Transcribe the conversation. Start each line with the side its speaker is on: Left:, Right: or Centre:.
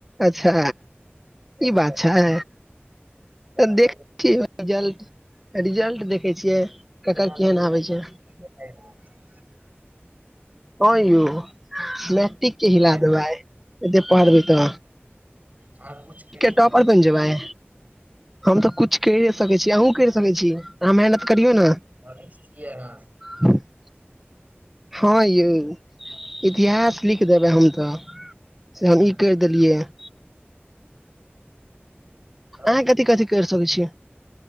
Centre: अच्छा
Right: तेना
Centre: ई बात
Right: लगै
Centre: छै
Right: तेना
Centre: तऽ देख
Right: लगैये
Centre: ठी रिजल्ट त रिजल्ट देखै छियै
Right: <unintelligible>
Centre: ककर केहन आबे छै हाँ यौ मैटिक के हिला
Right: मारि
Centre: देबाइ एते पढ़बी तऽ
Right: अहाँ कुछ कहि
Centre: के
Right: सकै
Centre: टॉपर
Right: छियै
Centre: बैन जेबाय हम तऽ कुछ करिए सकै छी अहु करि सकैत छी अहाँ मेहनत करियौ न
Right: भविष्य छियै अहाँ
Centre: हँ <unintelligible> हाँ यौ इतिहास लिख देबै हम तऽ
Right: हँ
Centre: सेहम कैर देलियै या
Right: तब
Centre: अहाँ कथि कथि करि सकैत छीयै।